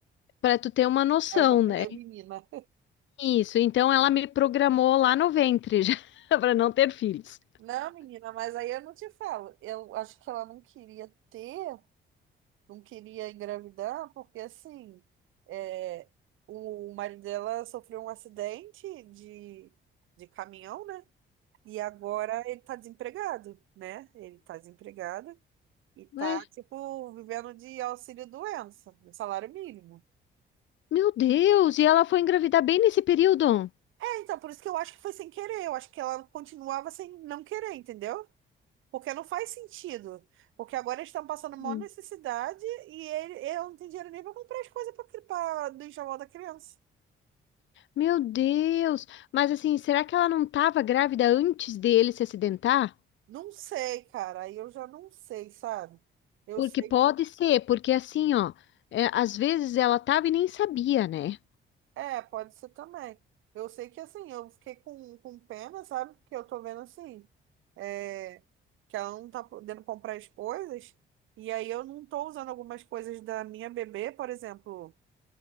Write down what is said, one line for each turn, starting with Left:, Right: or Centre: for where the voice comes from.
Left: Para tu ter uma noção,
Right: Aí você
Left: né?
Right: veio menina.
Left: Isso, então ela me programou lá no ventre já <laughs> para não ter filhos.
Right: Não, menina, mas aí eu não te falo. Eu acho que ela não queria ter, não queria engravidar, porque assim, é, o marido dela sofreu um acidente de, de caminhão, né? E agora ele tá desempregado, né? Ele tá desempregado e tá,
Left: Ué,
Right: tipo, vivendo de auxílio-doença, de salário mínimo.
Left: meu Deus, e ela foi engravidar bem nesse período?
Right: É, então, por isso que eu acho que foi sem querer. Eu acho que ela continuava sem não querer, entendeu? Porque não faz sentido. Porque agora eles estão passando maior
Left: Hum.
Right: necessidade e ele, eu não tenho dinheiro nem para comprar as coisas para do enxoval da criança.
Left: Meu Deus, mas assim, será que ela não estava grávida antes dele se acidentar?
Right: Não sei, cara. Aí eu já não sei, sabe? Eu
Left: Porque
Right: sei.
Left: pode ser, porque assim, ó, é, às vezes ela tava e nem sabia, né?
Right: É, pode ser também. Eu sei que assim, eu fiquei com, com pena, sabe? Porque eu tô vendo assim, é, que ela não tá podendo comprar as coisas. E aí eu não tô usando algumas coisas da minha bebê, por exemplo.